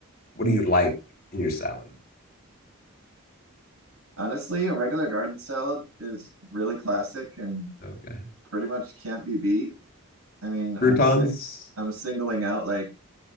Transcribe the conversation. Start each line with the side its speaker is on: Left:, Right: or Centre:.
Left: what do you like in your salad?
Right: Honestly, a regular garden salad is really classic and
Left: Okay,
Right: pretty much can't be beat. I mean, I'm
Left: croutons.
Right: si I'm singling out like